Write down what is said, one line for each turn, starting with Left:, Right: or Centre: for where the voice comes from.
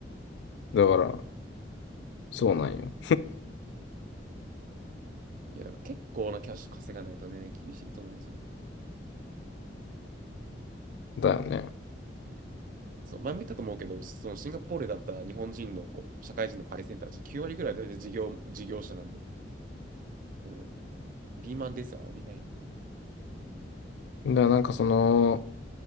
Left: だから、そうなんよ。
Right: いや、なんか結構なキャッシュ稼がないとね、厳しいと思うんですよね。
Left: だよね。
Right: そう、前も言ったと思うけど、そのシンガポールだったら日本人のこう社会人のパイセンたち9割ぐらい大体事業、事業者なんで、うん、リーマンですあんまりない。
Left: だからなんかその、